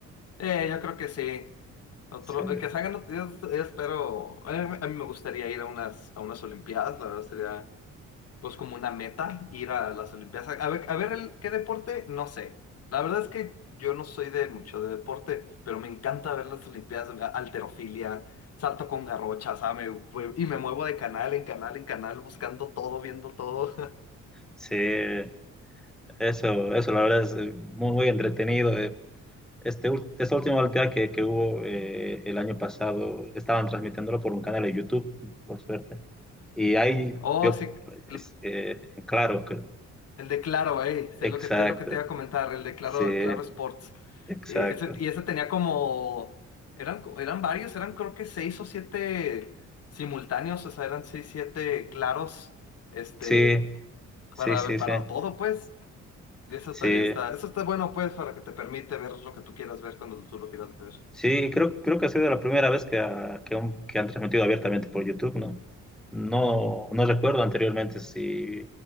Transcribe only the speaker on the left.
Eh, yo creo que sí. Otro,
eh, que se hagan, yo, yo espero, a mí, a mí me gustaría ir a unas, a unas Olimpiadas, la verdad sería pues como una meta ir a las Olimpiadas. A ver, a ver el, qué deporte, no sé. La verdad es que yo no soy de mucho de deporte, pero me encanta ver las Olimpiadas, a- alterofilia, salto con garrocha, ¿sabes? Y me muevo de canal en canal en canal buscando todo, viendo todo. <laughs>
Oh,
sí,
cl-
El de Claro, ahí, sí,
es lo que, es lo que te iba a comentar, el de Claro,
Claro Sports.
Eh, ese- y ese tenía como, eran, co- eran varios, eran creo que seis o siete simultáneos, o sea, eran seis, siete claros, este,
para,
para
todo, pues. Y eso
también está, eso está bueno, pues, para que te permite ver lo que tú quieras ver cuando tú lo quieras ver.